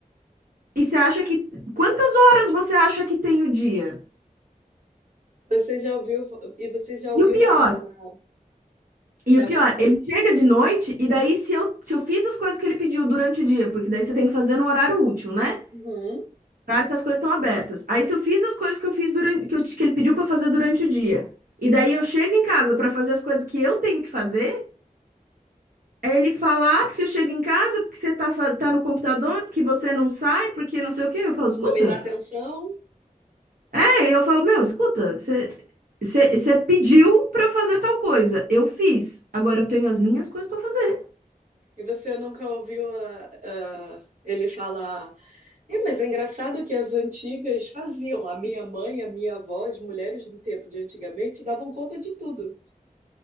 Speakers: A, on the right; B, on the right.
A: E você acha que quantas horas você acha que tem o dia?"
B: Você já ouviu e você já ouviu
A: E o pior,
B: ele falar
A: E
B: pra
A: o pior,
B: você,
A: ele chega de noite e daí se eu, se eu fiz as coisas que ele pediu durante o dia, porque daí você tem que fazer no horário útil, né?
B: uhum,
A: Horário que as coisas estão abertas. Aí se eu fiz as coisas que eu fiz durante, que, eu- que ele pediu pra fazer durante o dia, e daí eu chego em casa pra fazer as coisas que eu tenho que fazer, aí ele fala, ah, porque eu chego em casa, porque você tá, fa- tá no computador, porque você não sai, porque não sei o quê. Eu falo, escuta.
B: não me dá atenção?
A: É, eu falo, meu, escuta, você você- você pediu pra eu fazer tal coisa, eu fiz. Agora eu tenho as minhas coisas pra fazer.
B: E você nunca ouviu a- a- ele falar, é, mas é engraçado que as antigas faziam. A minha mãe, a minha avó, as mulheres do tempo de antigamente davam conta de tudo.